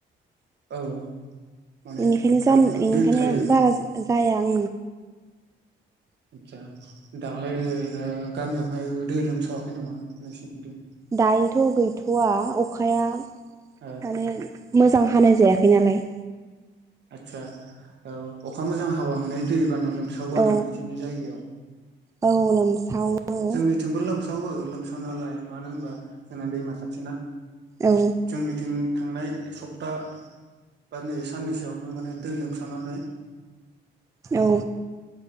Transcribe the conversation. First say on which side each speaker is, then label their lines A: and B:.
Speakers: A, on the right; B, on the right.
A: औ माने
B: बेनिखायनो ज
A: ओ
B: बेनिखायनो
A: दै थायो
B: बारा जाया आं
A: आदसा दां्लाय गामियावहाय दै लोमसावाखै नामा नोंसिनिजों
B: दायोथ' गैथ'वा अखाया माने
A: ओ
B: मोजां हानाय जायाखै नालाय
A: आतसा औ अखा मोजां हाबा मोननाय दै गोबाना लोमसावो आरो
B: औ
A: नोंसिोरनि जायगायाव
B: औ लोमसावो
A: जोंनिथिंबो लोमसावो लोमसाव नालाय मानो होनबा जोंना दैमा खाथि
B: औ
A: जोंनिथिं थांनाय सप्ता बा नैबे साननैसो बेयावनो माने दै लोमसानानै
B: औ